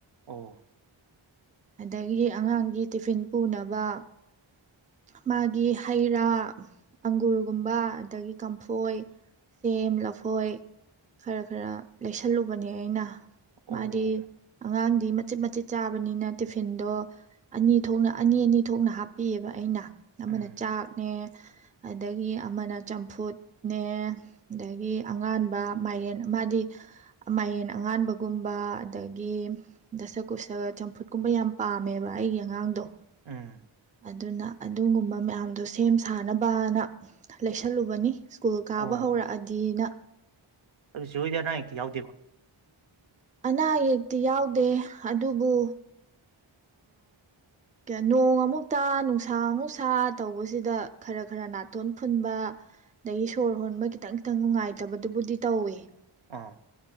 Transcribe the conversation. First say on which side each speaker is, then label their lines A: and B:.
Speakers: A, on the right (about 70°); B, on the right (about 15°).
A: ꯑꯣ
B: ꯑꯗꯒꯤ ꯑꯉꯥꯡꯒꯤ ꯇꯤꯐꯤꯟ ꯄꯨꯅꯕ ꯃꯥꯒꯤ ꯍꯩ ꯔꯥ ꯑꯪꯒꯨꯔ ꯒꯨꯝꯕ ꯑꯗꯒꯤ ꯀꯝꯐꯣꯏ ꯁꯦꯝ ꯂꯐꯣꯏ ꯈꯔ ꯈꯔ ꯂꯩꯁꯜꯂꯨꯕꯅꯦ ꯑꯩꯅ
A: ꯑꯣ
B: ꯃꯥꯗꯤ ꯑꯉꯥꯡ ꯃꯆꯦꯠ ꯃꯆꯦꯠ ꯆꯥꯕꯅꯤꯅ ꯇꯤꯐꯤꯟꯗꯣ ꯑꯅꯤ ꯊꯣꯛꯅ ꯑꯅꯤ ꯑꯅꯤ ꯊꯣꯛꯅ ꯍꯥꯞꯄꯤꯑꯕ ꯑꯩꯅ ꯑꯃꯅ
A: ꯎꯝ
B: ꯆꯥꯛꯅꯦ ꯑꯗꯒꯤ ꯑꯃꯅ ꯆꯝꯐꯨꯠꯅꯦ ꯑꯗꯒꯤ ꯑꯉꯥꯟꯕ ꯃꯥꯏꯔꯦꯟ ꯃꯥꯗꯤ ꯃꯥꯏꯔꯦꯟ ꯑꯉꯥꯟꯕꯒꯨꯝꯕ ꯑꯗꯒꯤ ꯗꯥꯁꯛꯀꯨꯠꯁꯒ ꯆꯝꯐꯨꯠ ꯀꯨꯝꯕ ꯌꯥꯝ ꯄꯥꯝꯃꯦꯕ ꯑꯩꯒꯤ ꯑꯉꯥꯡꯗꯣ
A: ꯎꯝ
B: ꯑꯗꯨꯅ ꯑꯗꯨꯒꯨꯝꯕ ꯃꯌꯥꯝꯗꯣ ꯁꯦꯝ ꯁꯥꯅꯕꯅ ꯂꯩꯁꯜꯂꯨꯕꯅꯤ ꯁ꯭ꯀꯨꯜ ꯀꯥꯕ
A: ꯑꯣ
B: ꯍꯧꯔꯛꯑꯗꯤꯅ
A: ꯑꯗꯨ ꯆꯦ ꯍꯣꯏꯗꯤ ꯑꯅꯥ ꯑꯌꯦꯛꯇꯤ ꯌꯥꯎꯗꯦꯀꯣ
B: ꯑꯅꯥ ꯌꯦꯛꯇꯤ ꯌꯥꯎꯗꯦ ꯑꯗꯨꯕꯨ ꯑ ꯅꯣꯡ ꯑꯃꯨꯛꯇꯥ ꯅꯨꯡꯁꯥ ꯑꯃꯨꯛ ꯁꯥ ꯇꯧꯕꯁꯤꯗ ꯈꯔ ꯈꯔ ꯅꯥꯇꯣꯟ ꯐꯨꯟꯕ ꯑꯗꯒꯤ ꯁꯣꯔ ꯍꯣꯟꯕ ꯈꯤꯇꯪ ꯈꯤꯇꯪ ꯅꯨꯡꯉꯥꯏꯇꯕꯗꯨꯕꯨꯗꯤ ꯇꯧꯋꯦ
A: ꯑꯥ